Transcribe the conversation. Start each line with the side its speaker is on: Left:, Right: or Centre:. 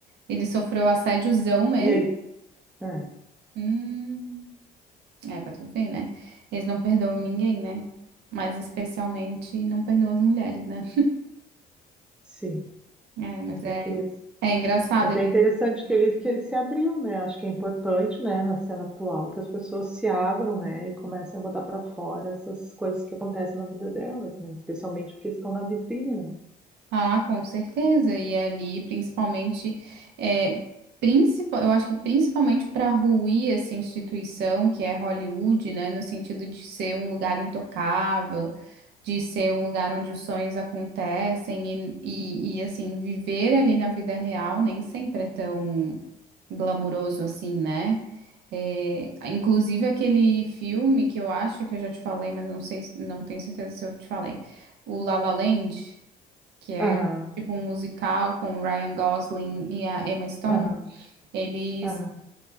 Right: Ele sofreu assédiozão mesmo?
Centre: E ele. É,
Right: Hum, é pra tu ver, né? Eles não perdoam ninguém, né? Mas especialmente não perdoam as mulheres, né?
Centre: sim,
Right: É, mas
Centre: com certeza.
Right: é, é engraçado.
Centre: Mas é interessante que ele, que ele se abriu, né? Acho que é importante, né, na cena atual, que as pessoas se abram, né, e comecem a botar pra fora essas coisas que acontecem na vida delas, né? Especialmente porque eles estão na vitrine, né?
Right: Ah, com certeza. E ali, principalmente, é, principal, eu acho que principalmente para ruir essa instituição que é Hollywood, né, no sentido de ser um lugar intocável, de ser um lugar onde os sonhos acontecem e, e, e assim, viver ali na vida real nem sempre é tão glamuroso assim, né? É, inclusive aquele filme que eu acho que eu já te falei, mas não sei, se- não tenho certeza se eu te falei, o La La Land que é
Centre: Aham,
Right: tipo um musical com o Ryan Gosling e a Emma Stone,
Centre: aham,
Right: eles
Centre: aham,